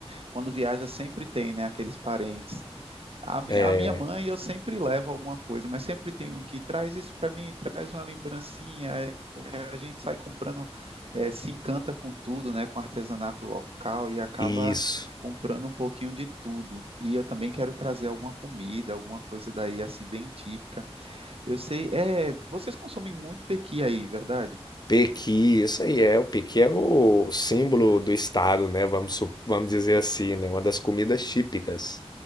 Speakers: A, on the right; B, on the left.
A: quando viaja, sempre tem, né, aqueles parentes A, mi,
B: É,
A: a minha mãe, eu sempre levo alguma coisa, mas sempre tem um que traz isso para mim, traz uma lembrancinha. é, A gente sai comprando, é, se encanta com tudo, né, com artesanato local e acaba
B: isso.
A: comprando um pouquinho de tudo. E eu também quero trazer alguma comida, alguma coisa daí assim bem típica. Eu sei, é, vocês consomem muito pequi aí, verdade?
B: Pequi, isso aí é. O pequi é o símbolo do estado, né? Vamos, su- vamos dizer assim, né? Uma das comidas típicas.